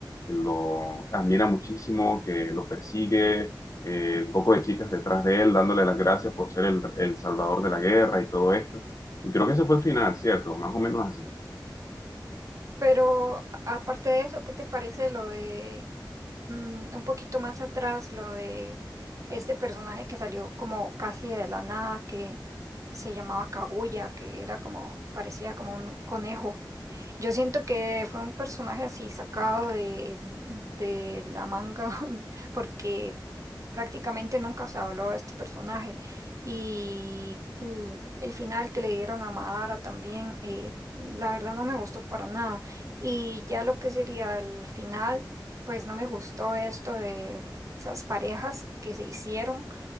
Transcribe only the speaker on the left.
que lo admira muchísimo, que lo persigue, eh, poco de chicas detrás de él, dándole las gracias por ser el, el salvador de la guerra y todo esto. Y creo que ese fue el final, ¿cierto? Más o menos así.